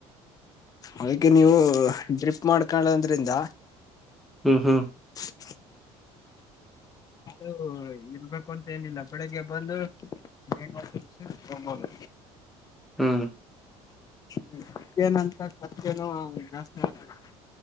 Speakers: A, on the left; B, in the centre.
A: ಅದಕ್ಕೆ ನೀವು ಡ್ರಿಪ್ ಮಾಡ್ಕಳದ್ರಿಂದ
B: ಹ್ಮ್ ಹ್ಮ
A: ಹ ಇದು ಇರ್ಬೇಕು ಅಂತ ಏನಿಲ್ಲ ಬೆಳಿಗ್ಗೆ ಬಂದು ಗೇಟ್ ವಾಲ್ ತಿರುಗ್ಸಿ ಹೋಗಬಹುದು
B: ಹ್ಮ್
A: ಪ್ಯೂರ್ ಏನ್ ಅಂತ ಖರ್ಚೇನು ಜಾಸ್ತಿ ಆಗಲ್ಲ